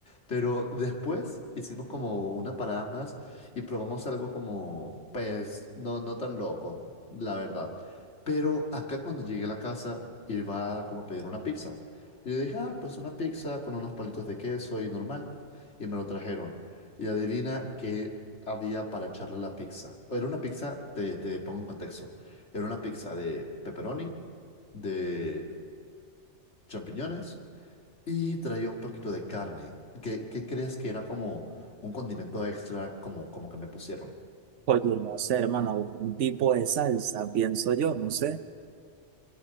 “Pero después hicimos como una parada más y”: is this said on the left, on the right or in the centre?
Left